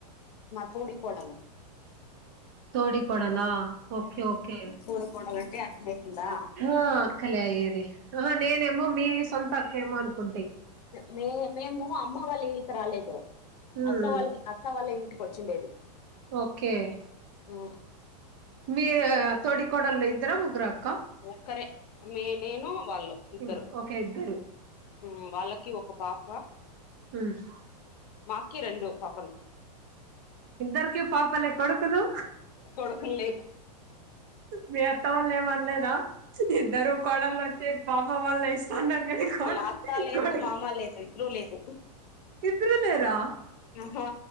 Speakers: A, on the left; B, on the right.
A: మా తోటి కొడలు
B: తోటికొడల ఓకే ఓకే
A: తోటి కోడలు అంటే అక్కయితుందా
B: ఆ అక్కలే అయ్యేది ఆ నేనేమో మీ సొంత అక్కేమో అనుకుంటి
A: మే మేము అమ్మ వాళ్ళ ఇంటికి రాలేదు
B: ఉమ్
A: అత్త వాల్ అత్త వల్ల ఇంటికి వచ్చిండేది
B: ఓకే
A: ఆ
B: మీ తోటి కొడల్లు ఇద్దర ముగ్గుర అక్క
A: ఒక్కరే మీ నేను వాళ్ళు ఇద్దరు
B: ఇంగ ఓకే ఇద్దరు
A: మ్ వాళ్ళకి ఒక పాప
B: మ్
A: మాకి రెండు పాపలు
B: ఇద్దరికి పాపలే కొడుకులు
A: కొడుకులు లేదు
B: మీ అత్త వాళ్ల్ళ ఏమనలేదా ఇద్దరు కోడలు వచ్చి పాప వాళ్ళు ఇస్ కన్నార్ కాని కోడల్
A: మా అత్త లేదు
B: కోడ్
A: మామ లేదు ఇద్దరు లేదు
B: ఇద్దరు లేరా
A: ఆహా